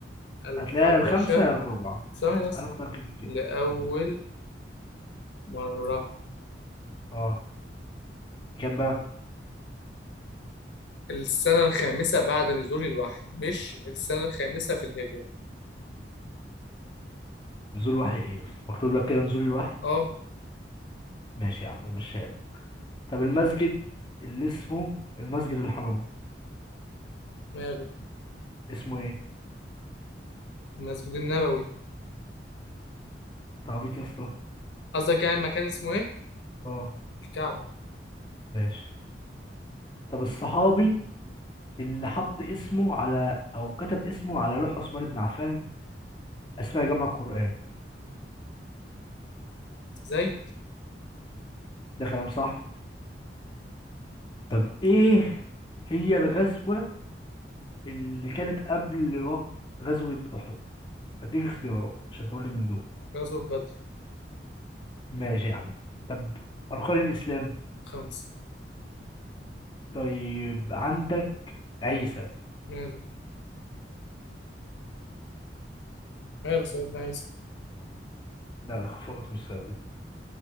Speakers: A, on the left (about 80°); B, on the left (about 25°).
A: الحبشه
B: هتلاقيها الخامسة يا الرابعة
A: ثواني بس
B: أنا متأكد من كده
A: لاول مره
B: أه كام بقى
A: السنه الخامسه بعد نزول الوحي مش السنه الخامسه في الهجره
B: نزول وحي إيه يا اسطى مكتوب لك كده نزول الوحي
A: اه
B: ماشي يا عم مشيها لك. طب المسجد اللي اسمه المسجد الحرام
A: ماله
B: اسمه إيه
A: المسجد النبوي
B: تعبيط يا اسطى
A: قصدك يعني مكان اسمه ايه
B: أه
A: الكعبه
B: ماشي طب الصحابي اللي حط اسمه على أو كتب اسمه على لوح عثمان بن عفان أثناء جمع القرآن
A: زيد
B: ده كلام صح طب إيه هي الغزوة اللي كانت قبل وغ- غزوة أحد هديك اختيارات عشان تقول لي من دول
A: غزوه بدر
B: ماشي يا عم طب أركان الإسلام
A: خمسه
B: طيب عندك عيسى
A: ماله ماله سيدنا عيسى
B: ده خفوقك من السؤال ده